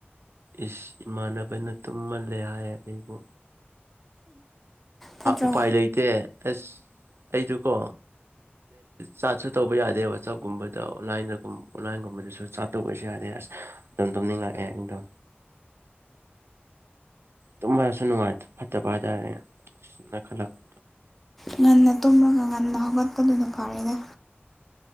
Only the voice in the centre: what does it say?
ꯐꯠꯇ꯭ꯔꯣ
ꯉꯟꯅ ꯇꯨꯝꯃꯒ ꯉꯟꯅ ꯍꯧꯒꯠꯄꯗꯨꯅ ꯐꯔꯦꯗ꯫